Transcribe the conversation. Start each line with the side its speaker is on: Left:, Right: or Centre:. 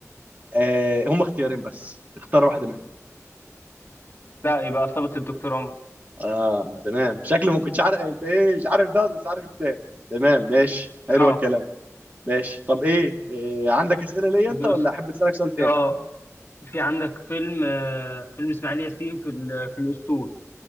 Right: آه هم اختيارين بس اختار واحده منهم
Left: لا يبقى عصابة الدكتور عمر
Right: اه تمام شكلي ما كنتش عارف انت ايه مش عارف ده بس عارف التاني تمام ماشي حلو
Left: اه
Right: الكلام ماشي طب ايه, إيه عندك اسئله ليا
Left: بص
Right: انت ولا احب اسالك سؤال تاني
Left: اه في عندك فيلم آه فيلم اسماعيل ياسين في ال- في الاسطول